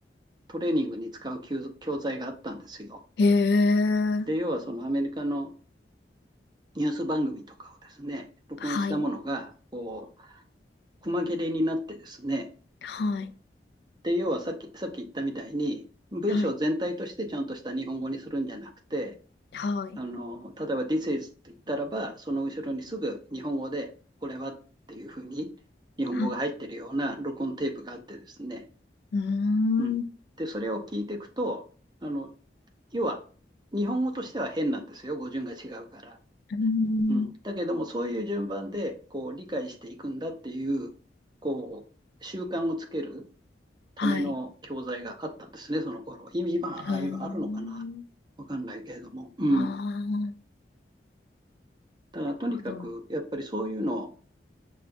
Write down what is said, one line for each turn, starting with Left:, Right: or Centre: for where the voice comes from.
Right: トレーニングに使う教教材があったんですよ。
Left: へえ。
Right: で、要はそのアメリカのニュース番組とかをですね、録音したものが、
Left: はい。
Right: こう、細切れになってですね、
Left: はい。
Right: で、要はさっき、さっき言ったみたいに、文章全体としてちゃんとした日本語にするんじゃなくて、
Left: はい。はい。
Right: あの、例えば This is って言ったらば、その後ろにすぐ日本語で、これはっていうふうに日本語が入ってるような録音テープがあってですね。
Left: あうーん。
Right: うん。
Left: う
Right: で、それを聞いていくと、あの、要は日本語としては変なんですよ。語順が違うから。
Left: ーん。
Right: うん。だけども、そういう順番で、こう、理解していくんだっていう、こう、習慣をつけるための教材があったんですね、
Left: はい。
Right: その頃。今、今ああいうのあるのかな
Left: うーん。
Right: わかんないけれども。うん。
Left: ああ、なる
Right: だからとにかく、
Left: ほど。
Right: やっぱりそういうの